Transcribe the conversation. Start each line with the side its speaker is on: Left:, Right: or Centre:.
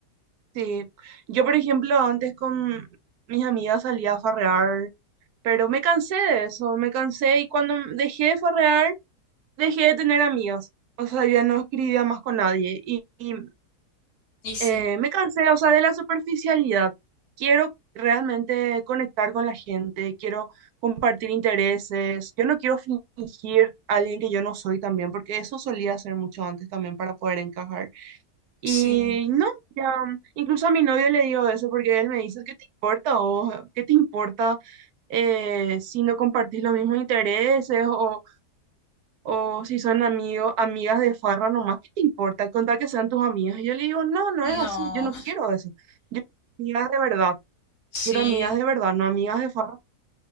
Right: sí. Yo, por ejemplo, antes con mis amigas salía a farrear Pero me cansé de eso, me cansé y cuando dejé de farrear, dejé de tener amigos O sea, ya no escribía más con nadie. Y, y,
Left: Y sí,
Right: eh, me cansé, o sea, de la superficialidad. Quiero realmente conectar con la gente, quiero compartir intereses. Yo no quiero fingir a alguien que yo no soy también, porque eso solía hacer mucho antes también para poder encajar. Y
Left: sí,
Right: no, ya, incluso a mi novio le digo eso porque él me dice, ¿qué te importa o qué te importa eh, si no compartís los mismos intereses o, o si son amigos, amigas de farra nomás? ¿Qué te importa? Contar que sean tus amigas. Y yo le digo, no, no
Left: no,
Right: es así, yo no quiero eso. Yo quiero amigas de verdad,
Left: <laughs> sí,
Right: quiero amigas de verdad, no amigas de farra.